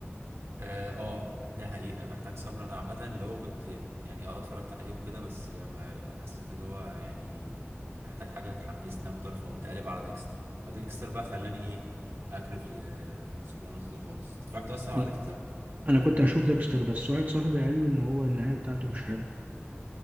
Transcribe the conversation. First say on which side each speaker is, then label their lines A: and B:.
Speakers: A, on the right; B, on the right.
A: اه آه، دي حقيقة محتاج صبر انا عامة اللي هو كنت يعني اه اتفرجت عليه وكده بس لما حسيت اللي هو يعني محتاج حاجة تحمسني اكتر فقمت قالب على ديكستر فديكستر بقى خلاني ايه اكرف لسوبرانوس ده خالص اتفرجت اصلا
B: انا
A: على ديكستر
B: أنا كنت هشوف ديكستر بس واحد صاحبي قال لي ان هو النهاية بتاعته مش حلو